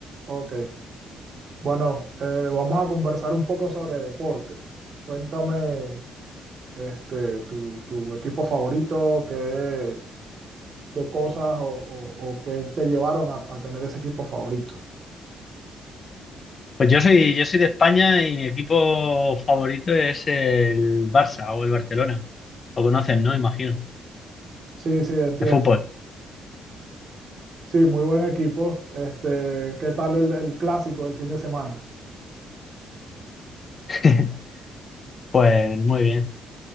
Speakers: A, on the right; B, on the left.
A: Ok, bueno, eh, vamos a conversar un poco sobre deportes. Cuéntame, este, tu, tu equipo favorito, qué, qué cosas o, o- o qué te llevaron a, a tener ese equipo favorito.
B: Pues yo soy, yo soy de España y mi equipo favorito es el Barça o el Barcelona. Lo conocen, ¿no? Imagino.
A: Sí, sí, entiendo.
B: De fútbol.
A: Sí, muy buen equipo. Este, ¿qué tal el, el clásico del fin de semana?
B: <laughs> Pues muy bien.